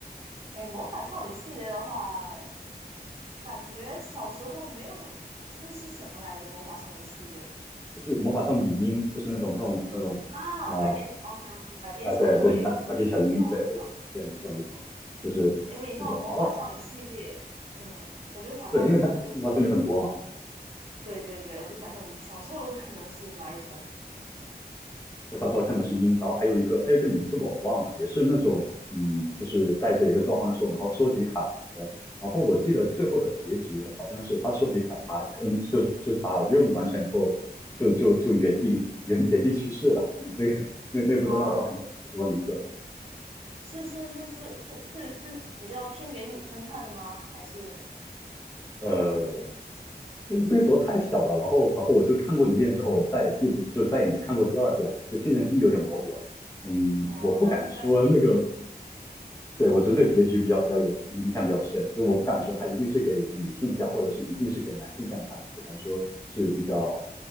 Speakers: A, on the right; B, on the left.
A: 哎，魔法少女系列的话，感觉小时候没有，是是什么来着？魔法少女系列
B: 就是魔法少女樱，就是那种那种那种，
A: 啊，
B: 啊、
A: 百变，OK OK，百变小樱，
B: 啊，对对，
A: 我也有，
B: 百百变小樱，
A: 我也有知道，
B: 对对对对，
A: 我知道。
B: 没错没错，就是那种，
A: 因为你说到魔法少女系列，
B: 然后
A: 嗯，我就想到可能就是，
B: 对，因为它魔法少女很多嘛。
A: 对对对，我就想说你小时候看的是哪一种
B: 我小时候看的是鹰，然后还有一个还有一个名字我忘了，也是那种嗯，就是带着一个召唤兽，然后收集卡牌的。然后我记得最后的结局好像是他收集卡牌，嗯，就是就是把任务完成以后，就就就原地原原地去世了。<laughs> 那个那那部动漫我忘了叫什么名字，
A: 啊？是是是是是是是比较偏给女生看的吗？还是
B: 呃，那那个时候太小了，然后然后我就看过一遍之后，我再也记不就再也没看过第二遍了，就现在记忆有点模糊了。嗯，
A: 哦，
B: 我不敢说那个
A: 那但是对结局。
B: 对，我觉得对结局比较比较有印象比较深，就我不敢说它一定是给女性向，或者是一定是给男性向看的，就敢说是比较